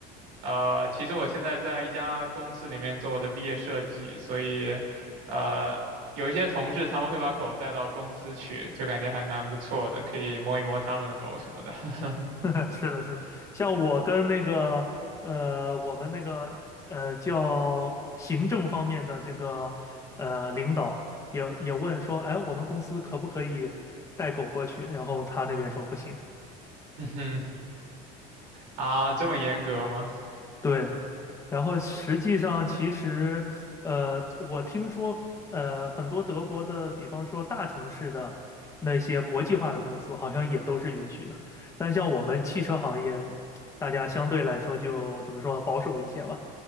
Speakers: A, on the right; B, on the left.
A: 呃，其实我现在在一家公司里面做我的毕业设计，所以，呃，有一些同事他们会把狗带到公司去，就感觉还蛮不错的，可以摸一摸他们的狗什么的。<laughs>
B: <laughs> 是的，是的。像我跟那个，呃，我们那个，呃，叫行政方面的这个，呃，领导也也问说，哎，我们公司可不可以带狗过去？然后他那边说不行。
A: 嗯哼啊，这么严格吗？
B: 对，然后实际上其实，呃，我听说，呃，很多德国的，比方说大城市的那些国际化的公司，好像也都是允许的。但像我们汽车行业，大家相对来说就怎么说呢保守一些吧，